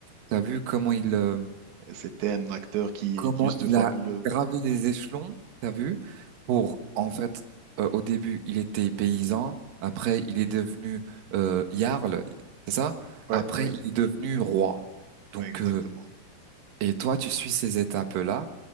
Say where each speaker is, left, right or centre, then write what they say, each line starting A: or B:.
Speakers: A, on the right; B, on the right.
A: t'as vu comment il, euh,
B: C'était un acteur qui
A: comment
B: est juste
A: il
B: fabuleux.
A: a gravé les échelons, t'as vu, pour, en fait, euh, au début, il était paysan, après, il est devenu euh, jarl, c'est ça?
B: Ouais,
A: Après,
B: ouais,
A: il est devenu roi. Donc,
B: exactement.
A: euh, et toi, tu suis ces étapes-là